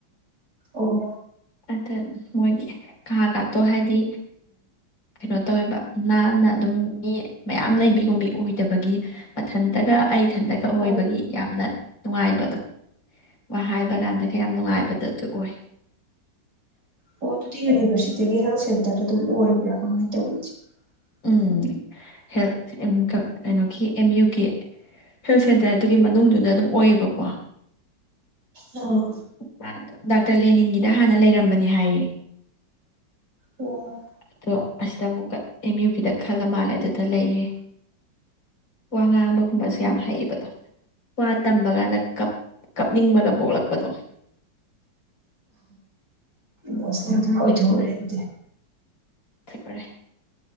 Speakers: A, on the right; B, on the left.
A: ꯑꯣ꯫
B: ꯑꯗ ꯃꯣꯏꯒꯤ ꯀꯥꯒꯥꯇꯣ ꯍꯥꯏꯗꯤ ꯀꯩꯅꯣ ꯇꯧꯋꯦꯕ ꯅꯥꯟꯅ ꯑꯗꯨꯝ ꯃꯤ ꯃꯌꯥꯝ ꯂꯩꯕꯤꯒꯨꯝꯕꯤ ꯑꯣꯏꯗꯕꯒꯤ ꯃꯊꯟꯇꯒ ꯑꯩ ꯏꯊꯟꯇꯒ
A: ꯑꯣ
B: ꯑꯣꯏꯕꯒꯤ ꯌꯥꯝꯅ ꯅꯨꯡꯉꯥꯏꯕꯗꯣ ꯋꯥ ꯍꯥꯏꯕ ꯀꯥꯟꯗꯒ ꯌꯥꯝ ꯅꯨꯡꯉꯥꯏꯕꯗ ꯑꯗꯨ ꯑꯣꯏ꯫
A: ꯑꯣ ꯑꯗꯨꯗꯤ ꯌꯨꯅꯤꯚꯔꯁꯤꯇꯤꯒꯤ ꯍꯦꯜꯊ ꯁꯦꯟꯇꯔ ꯇ ꯑꯗꯨꯝ ꯑꯣꯏꯕ꯭ꯔꯥ ꯀꯃꯥꯏꯅ ꯇꯧꯢ? <inaudible>
B: ꯎꯝ ꯍꯦꯜ ꯀꯩꯅꯣꯒꯤ ꯑꯦꯝ ꯌꯨ ꯒꯤ ꯍꯦꯜꯠ ꯁꯦꯟꯇꯔꯗꯨꯒꯤ ꯃꯅꯨꯡꯗꯨꯗ ꯑꯗꯨꯝ ꯑꯣꯏꯌꯦꯕꯀꯣ꯫
A: ꯑꯣ꯫
B: ꯃꯥꯗꯣ ꯗꯥꯛꯇꯔ ꯂꯦꯂꯤꯟꯒꯤꯗ ꯍꯥꯟꯅ ꯂꯩꯔꯝꯕꯅꯦ ꯍꯥꯏꯌꯦ꯫
A: ꯑꯣ
B: ꯑꯗꯣ ꯑꯁꯤꯗ ꯑꯃꯨꯛꯀ ꯑꯦꯝ ꯌꯨ ꯕꯤꯗ ꯈꯜꯂ ꯃꯥꯜꯂꯦ ꯑꯗꯨꯗ ꯂꯩꯌꯦꯦ ꯋꯥ ꯉꯥꯡꯕ ꯀꯨꯝꯕꯁ ꯌꯥꯝ ꯍꯩꯌꯦꯕꯗꯣ ꯇꯝꯕ ꯀꯥꯟꯗ ꯀꯞ ꯀꯞꯅꯤꯡꯕꯒ ꯄꯣꯛꯂꯛꯄꯗꯣ
A: ꯃꯁ ꯈꯔ ꯑꯣꯏ ꯊꯧꯕꯔꯗ
B: ꯊꯑꯦ